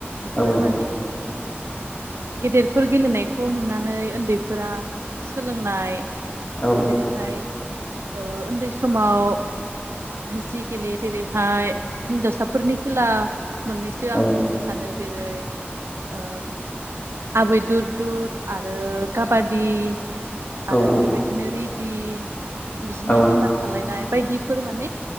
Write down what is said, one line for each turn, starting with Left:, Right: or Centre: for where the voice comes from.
Right: बेफोरो
Left: औ
Right: माने गेदेरफोर गेलेनाय खौ नुनानै उन्दैफोरा सोलोंनाय
Left: औ
Right: जेरै हाय- ओ उन्दै समाव जि गेलेयो जेरैहाय हिन्जावसाफोरनि खेला मोननैसो आं
Left: औ
Right: बुंनो सानो। जेरै ओ आबै दु दुद आरो काबादि आरो
Left: औ
Right: बेबायदिनो रि दि बिदिनो
Left: औ
Right: बिमा
Left: औ
Right: थालायनाय बायदिफोर माने